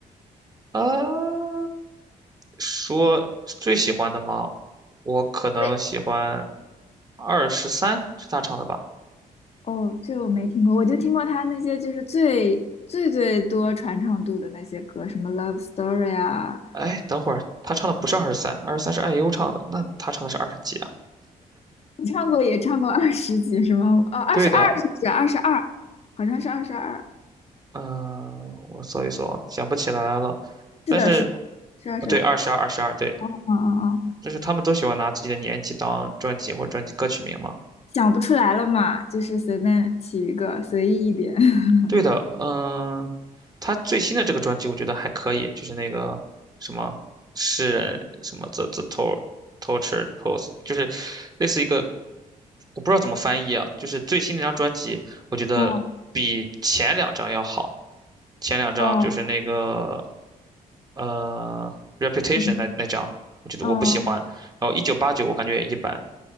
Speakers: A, on the right; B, on the left.
A: 啊。说最喜欢的吗？我可能喜欢
B: 我也
A: 二十三，是他唱的吧？
B: 哦，这个我没听过，我就听过他那些就是最最最多传唱度的那些歌，什么《Love Story》啊，
A: 哎，等会儿他唱的不是二十三，二十三是 i 优唱的，那他唱的是二十几啊？
B: 你唱过也唱过二十几是吗？哦，二十二是不是？
A: 对的，
B: 二十二，好像是二十二。
A: 嗯、我搜一搜啊想不起来了。但是，
B: 是的，是的，是二十二。
A: 啊对，二十二，二十二，对，
B: 嗯嗯嗯，
A: 就是他们都喜欢拿自己的年纪当专辑或者专辑歌曲名嘛。
B: 想不出来了嘛，就是随便起一个，随意一点。<laughs>
A: 对的，嗯、他最新的这个专辑我觉得还可以，就是那个什么诗人什么 the the tor t o r t u r e pose，就是类似一个我不知道怎么翻译啊，就是最新那张专辑，我觉得比前两张要好。
B: 嗯，
A: 前两张就是那个
B: 哦，
A: 呃 Reputation
B: 是吗？
A: 那那张，我觉得我不喜欢。
B: 哦，
A: 然后一九八九我感觉也一般，